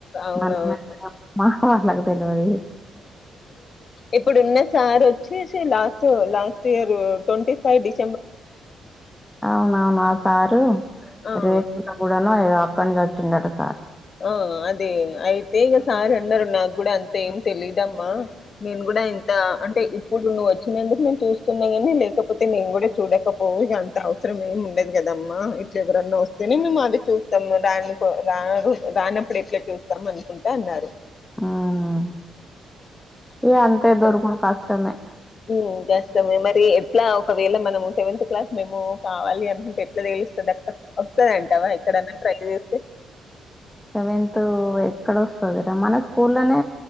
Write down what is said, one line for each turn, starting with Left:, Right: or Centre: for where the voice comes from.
Left: అవునవును
Centre: మ మా వాళ్ళకు తెలియదు
Left: ఇప్పుడు ఉన్న సార్ వచ్చేసి last last year twenty five డిస్
Centre: అవునవును ఆ సారు
Left: ఆ
Centre: రేకుండా కూడాను అ అక్కడ నుంచి వ వచ్చిండంటా సార్
Left: ఓ అది అయితే ఇక సార్ అన్నారు నాకు కూడా అంత ఏం తెలిదమ్మా నేను కూడా ఇంత అంటే ఇప్పుడు నువ్వు వచ్చినందుకు నేను చూస్తున్నా కాని లేకపోతే నేను కూడా చూడాక పోవు ఇగ అంటావు అవసరం ఏమి ఉండదు కదమ్మా ఇట్ల ఎవరన్నా వస్తేనే మేము అది చూస్తాము రాని కో రా రానప్పుడు ఎట్లా చూస్తాం అనుకుంటా అన్నారు
Centre: మ్మ్ ఇగ అంత దొరుకుడు కష్టమే
Left: మ్మ్ కష్టమే మరి ఎట్లా ఒకవేళ మనము సెవెంత్ క్లాస్ మేమో కావాలి అనుకుంటే ఎట్లా తెలుస్తాది అక్క వస్తాయ అంటవా ఎక్కడన్నా ట్రై చేస్తే హ
Centre: సెవెంత్ ఎక్కడ వస్తాది రా మన స్కూల్లోనే